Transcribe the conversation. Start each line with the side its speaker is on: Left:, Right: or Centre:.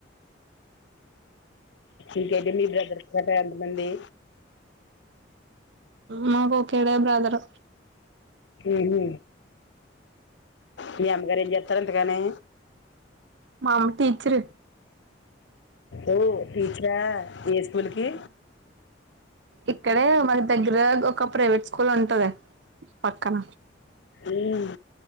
Left: ఇంకేంటి మీ బ్రదర్స్ గట్రా ఎంతమంది
Right: మా ఒకడే బ్రదర్
Left: హుహు మీ అమ్మగారు ఏం చేస్తారు ఎంతగానే
Right: మా అమ్ టీచర్
Left: ఓ టీచరా ఏ స్కూ కుల్ కి
Right: ఇక్కడే మన దెగ్గర ఒక ప్రైవేట్ స్కూల్ ఉంటది పక్కన
Left: ఉమ్